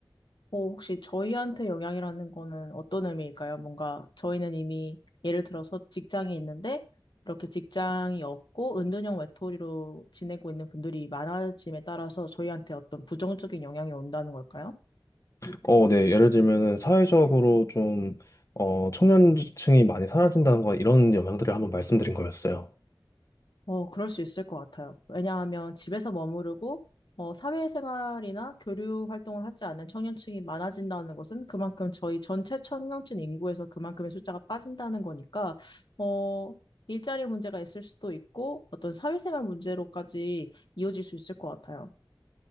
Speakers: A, on the left; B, on the left.
A: 어, 혹시 저희한테 영향이라는 거는 어떤 의미일까요? 뭔가 저희는 이미 예를 들어서 직장이 있는데 이렇게 직장이 없고 은둔형 외톨이로 지내고 있는 분들이 많아짐에 따라서 저희한테 어떤 부정적인 영향이 온다는 걸까요?
B: 어, 네. 예를 들면은 사회적으로 좀, 어, 청년층이 많이 사라진다는 건 이런 영향들을 한번 말씀드린 거였어요.
A: 어, 그럴 수 있을 것 같아요. 왜냐하면 집에서 머무르고, 어, 사회생활이나 교류 활동을 하지 않는 청년층이 많아진다는 것은 그만큼 저희 전체 청년층 인구에서 그만큼의 숫자가 빠진다는 거니까, 어, 일자리 문제가 있을 수도 있고, 어떤 사회생활 문제로까지 이어질 수 있을 것 같아요.